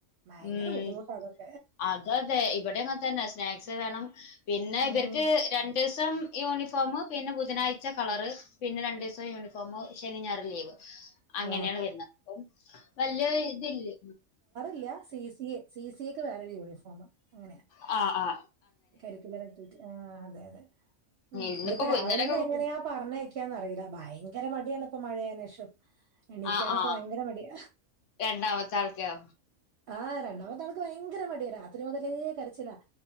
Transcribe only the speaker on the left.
ഉം
അതതെ ഇവിടെങ്ങെ തന്നെ സ്നാക്സ് വേണം പിന്നെ
ഇവര്ക്ക് രണ്ടു ദിവസം യൂണിഫോം പിന്നെ ബുധനാഴ്ച കളറ് പിന്നെ രണ്ടു ദിവസം യൂണിഫോമ് ശനി ഞായറ് ലീവ്
അങ്ങനെയാണ് വരുന്ന അപ്പം വല്യ ഇതില്
ആ ആഹ
ഇന്നിപ്പോ
ഇന്നലെയൊക്കെ
കുട്ടി
ആഹ് ആഹ്
രണ്ടാമത്തെ ആൾക്കോ